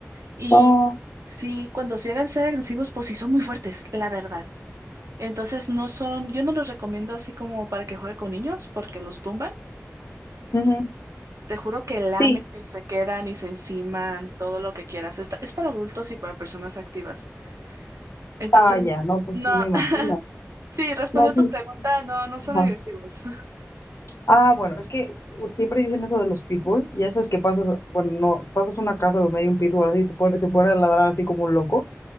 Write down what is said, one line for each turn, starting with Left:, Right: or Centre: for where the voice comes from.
Right: Y
Left: oh.
Right: sí, cuando sí llegan a ser agresivos, pues sí son muy fuertes, la verdad. Entonces no son, yo no los recomiendo así como para que juegue con niños, porque los tumban.
Left: Ujú,
Right: Te juro que lamen
Left: Sí,
Right: y se quedan y se enciman, todo lo que quieras. Esta- es para adultos y para personas activas. Entonces,
Left: ah, ya, no, pues
Right: no,
Left: sí, me imagino.
Right: <laughs> sí, respondió
Left: No,
Right: tu
Left: sí.
Right: pregunta, no, no son
Left: ajá.
Right: agresivos.
Left: Ah, bueno, es que u- siempre dicen eso de los pitbull, y ya sabes que pasas, bueno, no, pasas una casa donde hay un pitbull así, te pone, se pone a ladrar así como un loco,